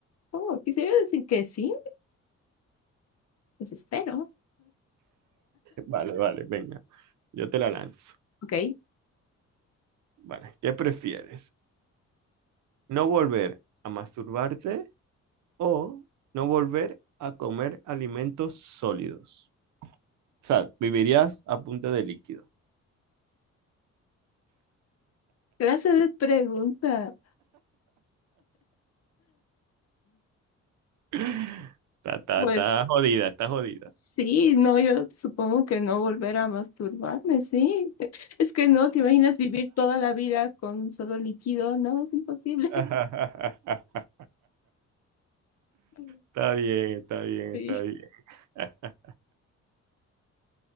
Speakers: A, on the left (about 55°); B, on the right (about 70°).
A: oh, quisiera decir que sí, pues espero,
B: Vale, vale, venga. Yo te la lanzo.
A: <laughs> ok,
B: Vale, ¿qué prefieres? ¿No volver a masturbarte o no volver a comer alimentos sólidos? O sea, vivirías a punta de líquido.
A: clase de pregunta,
B: <laughs> Está, está,
A: pues
B: está jodida, está jodida.
A: sí, no, yo supongo que no volver a masturbarme, sí, <laughs> es que no, te imaginas vivir toda la vida con solo líquido, no, es imposible.
B: <laughs>
A: <laughs>
B: Está bien, está bien,
A: Sí.
B: está bien. <laughs>